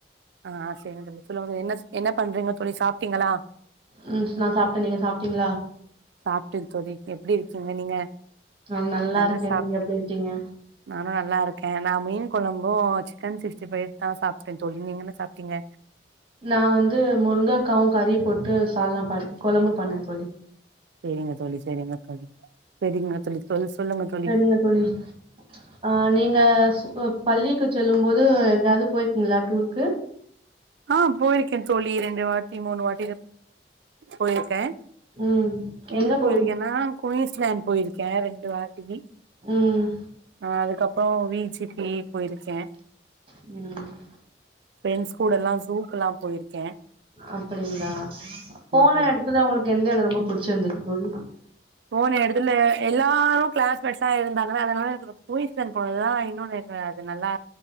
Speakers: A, on the right (about 80°); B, on the right (about 30°).
A: ஆ செரிங்க தோழி சொல்லுங்க என்ன என்ன பண்றீங்கோ தோழி சாப்ட்டீங்களா
B: ம் நா சாப்ட்டேன் நீங்க சாப்ட்டீங்ளா
A: சாப்ட்டேன் தோழி எப்டி இருக்கீங்க நீங்க
B: நா
A: நல்லா
B: இருக்கே
A: சாப்ட்
B: நீங்க எப்டி இருக்கீங்க
A: நானு நல்லாருக்கேன் நா மீன் கொழம்பும் சிக்கன் சிக்ஸ்டி ஃபைவ் தான் சாப்ட்டேன் தோழி நீங்கன்ன சாப்ட்டீங்க
B: நா வந்து முருங்கக்காவு கறியும் போட்டு சால்னா பண்ண கொழம்பு பண்ணே தோழி
A: சேரிங்க தோழி சேரிங்க தோழி சேரிங்க தோழி சொ சொல்லுங்க தோழி
B: இல்ல தோழி ஆ நீங்க பள்ளிக்கு செல்லு போது எங்காது போயிருக்கீங்ளா டூருக்கு
A: ஆ போயிருக்கேன் தோழி ரெண்டு வாட்டி மூணு வாட்டி போயிருக்கேன்
B: ம்
A: எங்க போயிருக்கேன்னா
B: போய்
A: குயின்ஸ்லேண்ட் போயிருக்கே ரெண்டு வாட்டி
B: ம்
A: ஆ அதுக்கப்றோ வீ ஜி பி போயிருக்கேன்
B: ம்
A: ஃபிரண்ட்ஸ் கூட எல்லா சூக்கு எல்லா போயிருக்கேன்
B: அப்டிங்ளா போன
A: தோழி
B: எடத்துல ஒங்ளுக்கு எந்த எடொ ரொம்ப புடிச்சிருந்துது தோழி
A: போன எடுத்துல எல்லாரு கிளாஸ்மேட்ஸா இருந்தாங்க அதனால எனக்கு ரொம் பூயசன் போனதுதா இன்னொன்னு இருக்கு அது நல்லா